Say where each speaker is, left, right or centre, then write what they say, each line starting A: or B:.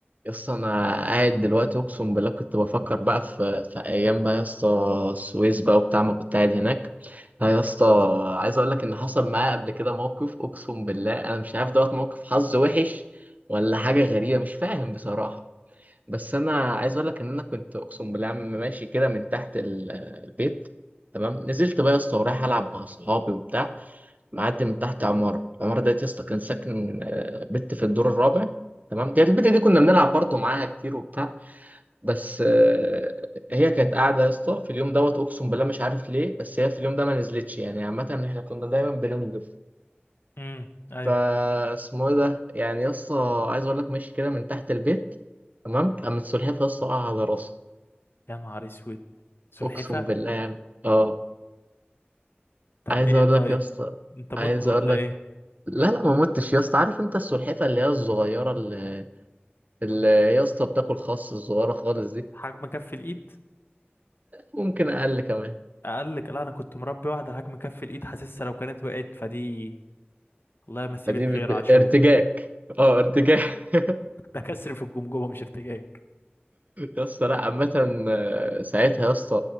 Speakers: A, on the right (about 40°); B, on the left (about 65°).
A: يا اسطى انا قاعد دلوقتي اقسم بالله كنت بفكر بقى في في ايام بقى يا اسطى السويس بقى وبتاع ما كنت قاعد هناك لا يا اسطى عايز اقول لك ان حصل معايا قبل كده موقف اقسم بالله انا مش عارف دوت موقف حظ وحش ولا حاجه غريبه مش فاهم بصراحه بس انا عايز اقول لك ان انا كنت اقسم بالله عم ماشي كده من تحت ال- البيت تمام نزلت بقى يا اسطى ورايح العب مع صحابي وبتاع معدي من تحت عمارة العمارة ديت يا اسطى كان ساكن آه، بنت في الدور الرابع تمام كانت البت دي كنا بنلعب برضه معاها كتير وبتاع بس آه، هي كانت قاعدة يا اسطى في اليوم دوت أقسم بالله مش عارف ليه بس هي في اليوم ده ما نزلتش يعني عامة احنا كنا دايما بننزل
B: امم ايوه
A: فا اسمه ايه ده يعني يا اسطى عايز اقول لك ماشي كده من تحت البيت تمام قامت سلحفاة يا اسطى وقع على راسها
B: يا نهار اسود سلحفه
A: أقسم بالله يعني اه
B: طب
A: عايز
B: ايه
A: اقول
B: طيب
A: لك يا اسطى
B: انت مت
A: عايز
B: ولا
A: اقول لك
B: ايه
A: لا لا ما متش يا اسطى عارف انت السلحفاه اللي هي الصغيره اللي اللي يا اسطى بتاكل خس الصغيره خالص دي
B: حجم كف الايد
A: ممكن اقل كمان
B: اقل لك؟ لا انا كنت مربي واحده حجم كف الايد حاسسها لو كانت وقعت فدي الله يمسيه
A: فدي
B: بالخير
A: ب-
B: عاشور
A: ارتجاك اه ارتجاك <laughs>
B: <laughs> ده كسر في الجمجمه مش ارتجاج
A: يا اسطى لا عامة آه، ساعتها يا اسطى